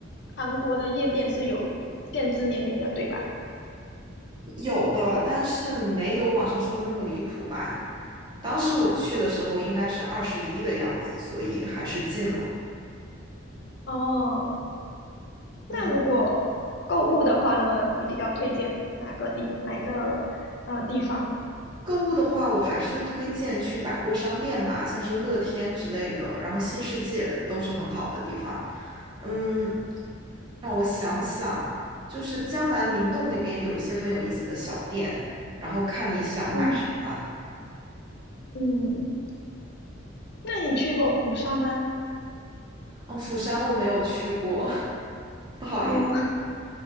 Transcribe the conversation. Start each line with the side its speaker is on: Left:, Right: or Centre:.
Left: 韩国的夜店是有限制年龄的，对吧？
Right: 有的，但是没有网上说的那么离谱吧。当时我去的时候应该是二十一的样子，所以还是进了。
Left: 哦
Right: 嗯。
Left: 那如果购物的话呢，你比较推荐哪个地哪一个呃地方？
Right: 购物的话，我还是推荐去百货商店吧，像是乐天之类的，然后新世界都是很好的地方。嗯，让我想想，就是江南明洞那边有一些很有意思的小店，然后看你想买什么啦。
Left: 嗯嗯，那你去过釜山吗？
Right: 哦，釜山我没有去过，<laughs> 不好意思。
Left: 嗯、